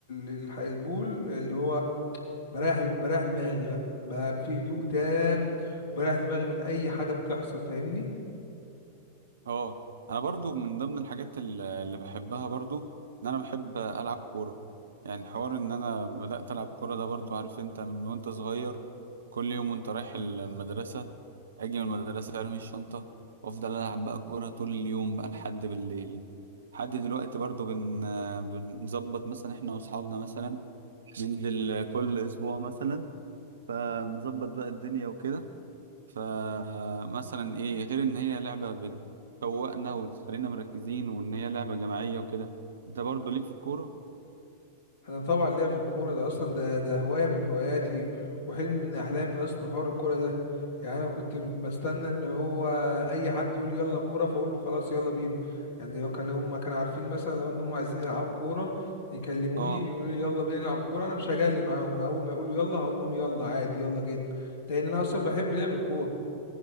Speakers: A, on the left; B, on the right.
A: ال- الح- البول اللي هو بريح بريح دماغي بقى, بقى في هدوء تام وبريح دماغي من اي حاجه بتحصل فاهمني
B: اه انا برضو من ضمن الحاجات ال- اللي بحبها برضو ان انا بحب العب كوره يعني حوار ان انا بدات العب كوره ده برضو عارف انت من وانت صغير كل يوم وانت رايح المدرسه اجي من المدرسه ارمي الشنطه وافضل العب بقى كوره طول اليوم بقى لحد بالليل لحد دلوقتي برضو بن... بنظبط مثلا احنا واصحابنا مثلا ننزل كل اسبوع مثلا فنظبط بقى الدنيا وكده فمثلا ايه غير ان هي لعبة بتفوقنا وتخلينا مركزين وان هي لعبة جماعية وكده انت برضه ليك في الكورة
A: انا طبعا ليا في الكوره ده اصلا ده ده هوايه من هواياتي وحلم من احلامي اصلا حوار الكوره ده يعني انا كنت بستنى اللي هو اي حد يقول يلا كوره فاقول له خلاص يلا بينا يعني لو كانوا هم كانوا عارفين مثلا لو ان هم عايزين يلعبوا كوره يكلموني
B: اه
A: يقولوا لي يلا بينا نلعب كوره انا مش هجلي معاهم انا اول ما يقولوا يلا هقول لهم يلا عادي يلا جدا لان انا اصلا بحب لعب الكوره